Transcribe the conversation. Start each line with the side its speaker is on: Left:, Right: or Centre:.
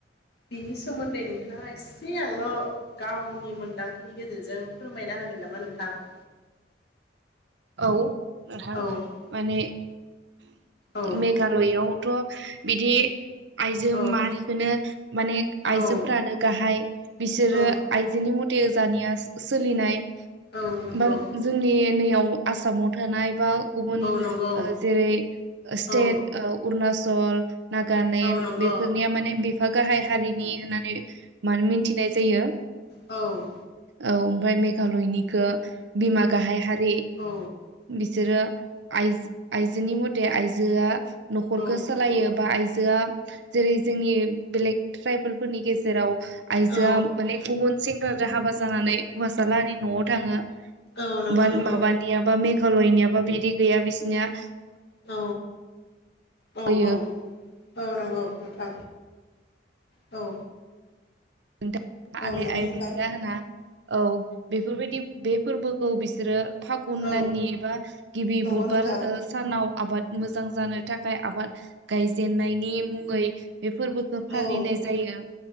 Left: बिनि सोमोन्दै नोंथाङा एसे आंनो' गावनि मोनदांथिनि गेजेरजों फोरमायना होगोन नामा नोंथां?
Right: औ नोंथां
Left: औ
Right: माने
Left: औ
Right: मेघालयावथ बिदि आयजो
Left: औ
Right: माहारिखौनो माने आयजोफ्रानो
Left: औ
Right: गाहाय बिसोरो
Left: औ
Right: आइजोनि मथे जानिया सोलिनाय
Left: औ नंगौ
Right: बा जोंनि नैयाव आसामाव थानाय बा गुबुन
Left: औ नंगौ
Right: जेरै स्टेट
Left: औ
Right: ओ उरनाचल नागालेण्ड
Left: औ नंगौ
Right: बेफोरनिया माने बे गाहाय हारिनि होननानै मानो मिथिनाय जायो?
Left: औ।
Right: औ ओमफ्राय मेघालयनिखौ बिमा गाहाय हारि
Left: औ।
Right: बिसोरो आय आयजोनि मथे आइजोआ न'खरखौ
Left: औ
Right: सालायो
Left: नंगौ
Right: बा आइजोआ जेरै जोंनि बेलेग ट्राइबेलफोरनि गेजेराव आइजोआ
Left: औ
Right: माने गुबुन सेंग्राजों हाबा जानानै हौवासा लाहानि न'आव थाङो
Left: औ नंगौ
Right: बा
Left: नंगौ
Right: माबानि मेघालयनियाबा बिदि गैया बिसिनिया
Left: औ औ
Right: होयो
Left: औ औ नंगौ औ औ
Right: नोंथां आलि
Left: नंगौ
Right: आइ
Left: नोंथां
Right: लिगां होना औ बेफोरबायदि बे फोरबोखौ बिसोरो फागुन
Left: औ
Right: दाननि एबा गिबि बुधबार
Left: नंगौ नोंथां
Right: सानाव आबाद मोजां जानो थाखाय आबाद गायजेननायनि मुङै बे फोरबोखौ फालिनाय
Left: औ
Right: जायो